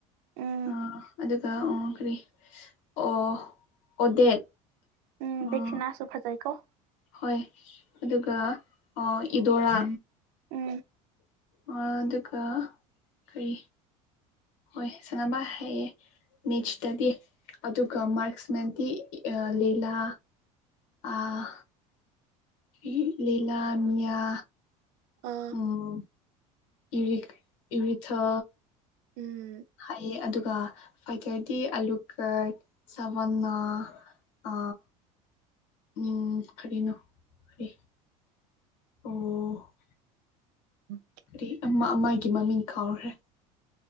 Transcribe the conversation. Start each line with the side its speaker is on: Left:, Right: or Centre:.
Right: ꯎꯝ
Left: ꯑ ꯑꯗꯨꯒ ꯑꯣ ꯀꯔꯤ ꯑꯣ ꯑꯣꯗꯦꯠ
Right: ꯎꯝ
Left: ꯑꯥ
Right: ꯕꯦꯛꯁꯤꯅꯥꯁꯨꯨ ꯐꯖꯩꯀꯣ
Left: ꯍꯣꯏ ꯑꯗꯨꯒ ꯑ ꯏꯗꯣꯔꯥ
Right: ꯎꯝ
Left: ꯑ ꯑꯗꯨꯒ ꯀ꯭ꯔꯤ ꯍꯣꯏ ꯁꯥ꯭ꯅꯕ ꯍꯥꯏꯌꯦ ꯃꯤꯠꯁꯇꯗꯤ ꯑꯗꯨꯒ ꯃꯥꯔ꯭ꯛꯁꯃꯦꯟꯇꯤ ꯂꯤꯂꯥ ꯑꯥ ꯏ ꯂꯤꯂꯥ ꯃ꯭ꯤꯌꯥ
Right: ꯑꯥ
Left: ꯎꯝ ꯏꯔꯤꯛ ꯏꯔꯤꯊꯥ
Right: ꯎꯝ
Left: ꯍꯥꯏꯌꯦ ꯑꯗꯨꯒ ꯐꯥꯏꯇꯔꯗꯤ ꯑꯂꯨꯀꯔ ꯁꯚꯥꯅꯥ ꯑ ꯎꯝ ꯀꯔꯤꯅꯣ ꯀ꯭ꯔꯤ ꯑꯣ
Right: <inaudible>
Left: ꯀ꯭ꯔꯤ ꯑꯃ ꯑꯃꯒꯤ ꯃꯃꯤꯡ ꯀꯥꯎꯈ꯭ꯔꯦ